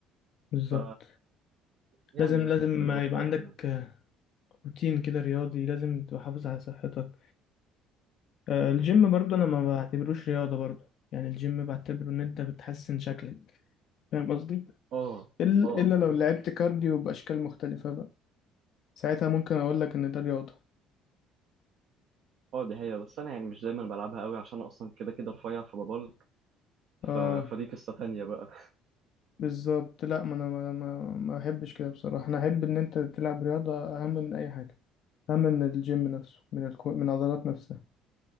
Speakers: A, on the left (about 60°); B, on the right (about 60°).
A: بالظبط
B: ف يعني
A: لازم لازم
B: نركز في الرياضه
A: يبقى
B: بتاعتنا
A: عندك آه، روتين كده رياضي لازم تبقى حافظ على صحتك آه، الجيم برضو انا ما بعتبروش رياضة برضو يعني الجيم بعتبره ان انت بتحسن شكلك فاهم قصدي
B: اه
A: إل- الا
B: اه
A: لو لعبت كارديو باشكال مختلفة بقى ساعتها ممكن اقول لك ان ده رياضة
B: اه دي هي بس انا يعني مش دايما بلعبها قوي عشان أنا اصلا كده كده رفيع فببلك
A: اه
B: ف... فدي قصه تانية بقى
A: بالظبط لا ما انا ما ما ما احبش كده بصراحه انا احب ان انت تلعب رياضه اهم من اي حاجه اهم من الجيم نفسه من الكو... من العضلات نفسها